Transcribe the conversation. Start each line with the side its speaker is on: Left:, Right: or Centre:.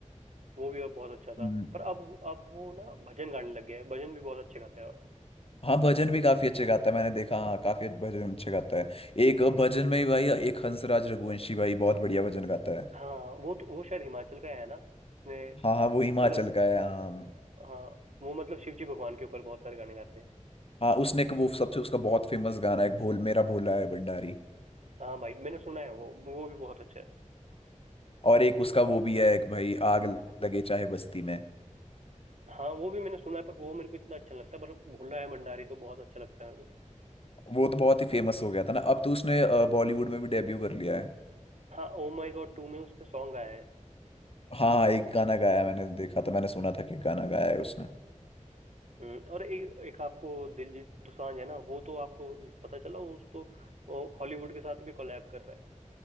Right: वो भी अब बहुत अच्छा
Left: हम्म,
Right: था पर अब वो- अब वो ना भजन गाने लग गया है भजन भी बहुत अच्छे गाता है और
Left: हाँ भजन भी काफी अच्छे गाता है मैंने देखा हाँ काफी भजन अच्छे गाता है एक भजन में ही भाई एक हंसराज रघुवंशी भाई बहुत बढ़िया भजन गाता है
Right: हाँ वो तो वो शायद हिमाचल का है ना उसने
Left: हाँ हाँ वो हिमाचल
Right: मतलब
Left: का है हाँ
Right: हाँ वो मतलब शिव जी भगवान के ऊपर बहुत सारे गाने गाते हैं
Left: हाँ उसने एक वो सबसे उसका बहुत फेमस गाना है एक भोल मेरा भोला है भंडारी
Right: हाँ भाई मैंने सुना है वो वो भी बहुत अच्छा है
Left: और एक उसका वो भी है एक भाई आग लगे चाहे बस्ती में
Right: हाँ वो भी मैंने सुना है पर वो मेरे को इतना अच्छा नहीं लगता पर भोला है भंडारी तो बहुत अच्छा लगता है मेरे को
Left: वो तो बहुत ही फेमस हो गया था ना अब तो उसने अ, बॉलीवुड में भी डेब्यू कर लिया है
Right: हाँ ओ माई गॉड टू में उसने सॉन्ग गाया है
Left: हाँ हाँ एक
Right: जैसा मेरे
Left: गाना
Right: को
Left: गाया है मैंने देखा था मैंने सुना था कि गाना गाया है उसने
Right: हम्म, और ए, एक आपको दिलजीत दोसांझ है ना वो तो आपको पता चला उस तो वो हॉलीवुड के साथ भी कोलैब कर रहा है